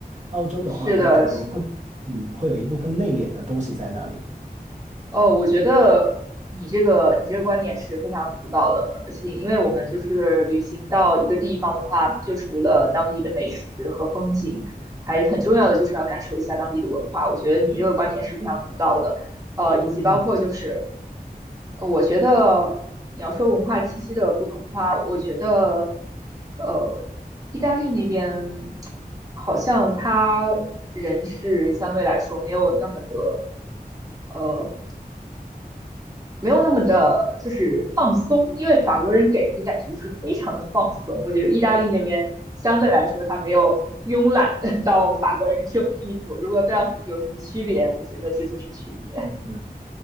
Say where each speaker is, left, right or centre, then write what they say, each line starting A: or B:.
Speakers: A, on the right; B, on the right.
A: 澳洲的话，
B: 是的，
A: 他可能更嗯会有一部分内敛的东西在那里。
B: 哦，我觉得你这个你这个观点是非常独到的，而且因为我们就是旅行到一个地方的话，就除了当地的美食和风景，还很重要的就是要感受一下当地的文化。我觉得你这个观点是非常独到的，呃，以及包括就是，
A: 嗯
B: 呃我觉得你要说文化气息的不同的话，我觉得，呃，意大利那边好像他人是相对来说没有那么的。呃。没有那么的，就是放松，因为法国人给人的感觉就是非常的放松。我觉得意大利那边相对来说，他没有慵懒到法国人这种地步。如果非要是有什么区别，我觉得这就是区别。
A: 嗯